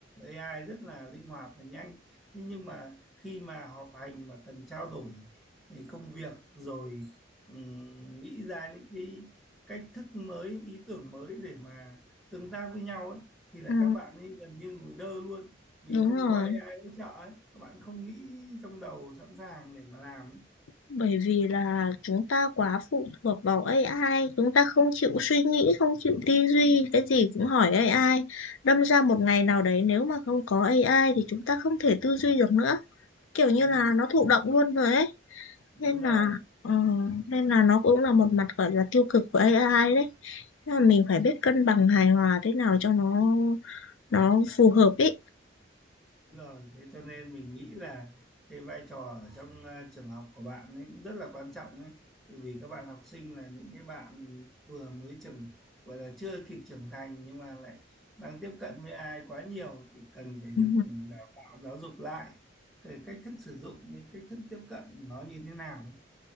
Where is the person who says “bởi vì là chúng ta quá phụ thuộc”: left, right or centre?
Left